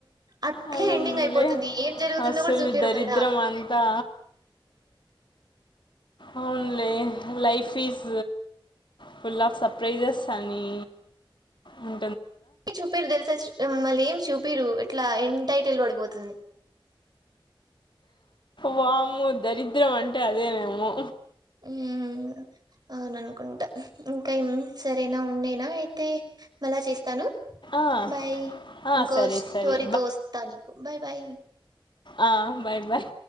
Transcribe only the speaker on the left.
అవునులే
అసలు
దరిద్రం
అంతా అవున్లే life is full of surprises అని ఉం
వామో దరిద్రం అంటే అదేనేమో
ఆ,
ఆ,
సరే
సరే
ఆ బాయ్ బాయ్